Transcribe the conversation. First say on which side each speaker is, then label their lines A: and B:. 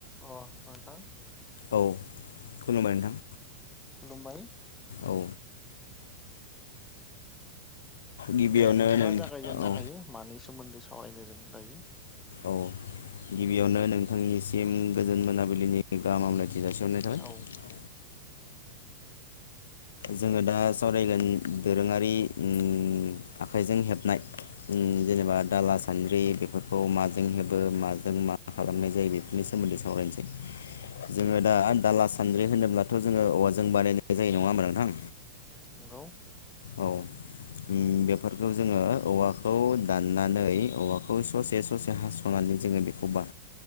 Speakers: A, on the left; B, on the left.
A: अ नोंथां
B: औ खुलुबाय नोंथां
A: खुलुमबाय
B: औ गिबियावनो
A: दे नोंथांङा
B: नों
A: जागायजेननो
B: औ
A: हायो मानि सोमोन्दै सा रायनो जों दायो
B: औ गिबियावनो नोंथांनिसिम गोजोन मोनाबिलिनि गाहाम हामलायथि जासिहरनाय थाबाय
A: औ
B: जोङो दा सावरायगोन दोरोङारि ओम आखाइजों हेबनाय ओम जेनेबा दाला सानद्रि बेफोरखौ माजों हेबो माजों मा खालामनाय जायो बेफोरनि सोमोन्दै सावरायनोसै जोङो दा दाला सानद्रि होनोब्लाथ जोङो औवा जों बानायनाय जायो नङा होमब्ला नोंथां
A: नंगौ
B: औ ओम बेफोरखौ जोङो औवाखौ दाननानै औवाखौ ससे ससे हासनानै जोङो बेखौ बा